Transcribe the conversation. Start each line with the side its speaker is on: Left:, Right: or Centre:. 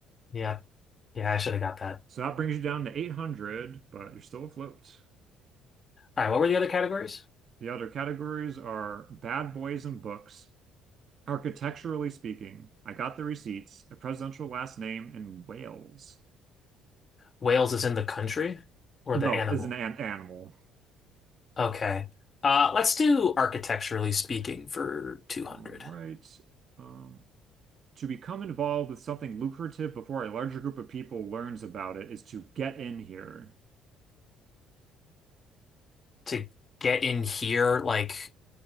Left: yeah, yeah. I should have got that.
Right: So that brings you down to 800, but you're still afloat.
Left: All right, what were the other categories?
Right: The other categories are Bad Boys and Books, Architecturally Speaking, I Got the Receipts, A Presidential Last Name, and Whales.
Left: Wales is in the country or
Right: No,
Left: the animal?
Right: is an, an animal.
Left: Okay. Uh, let's do architecturally speaking for 200
Right: All right. Um, to become involved with something lucrative before a larger group of people learns about it is to get in here.
Left: to get in here, like